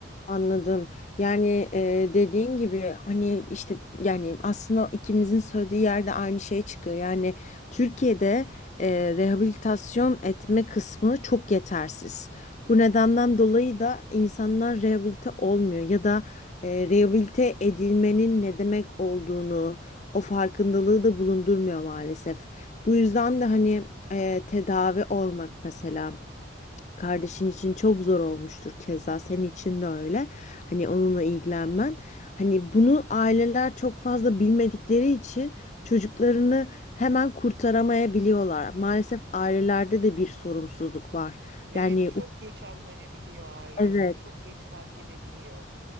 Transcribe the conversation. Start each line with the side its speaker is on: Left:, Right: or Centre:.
Left: Anladım. Yani e, dediğin gibi hani işte yani aslında ikimizin söylediği yerde aynı şey çıkıyor. Yani Türkiye'de e, rehabilitasyon etme kısmı çok yetersiz. Bu nedenden dolayı da insanlar rehabilite olmuyor ya da e, rehabilite edilmenin ne demek olduğunu o farkındalığı da bulundurmuyor maalesef. Bu yüzden de hani e, tedavi olmak mesela. Kardeşin için çok zor olmuştur keza senin için de öyle. Hani onunla ilgilenmen. Hani bunu aileler çok fazla bilmedikleri için çocuklarını hemen kurtaramayabiliyorlar. Maalesef ailelerde de bir sorumsuzluk var.
Right: Evet
Left: Yani
Right: çok geç anlayabiliyor aileler,
Left: Evet.
Right: çok geç fark edebiliyor.